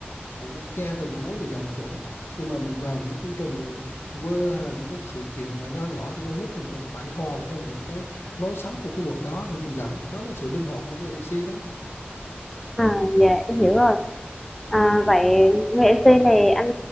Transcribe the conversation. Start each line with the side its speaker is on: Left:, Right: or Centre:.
Left: của quốc gia thì nói những dòng chuẩn. Nhưng mà mình vào những chương trình mình quê hay là những cái sự kiện mà nho nhỏ thì đôi lúc mình còn phải hò theo những cái lối sống của khu vực đó để mình dẫn. Đó là sự linh hoạt của người MC đó.
Centre: à, dạ em hiểu rồi à, vậy người MC này anh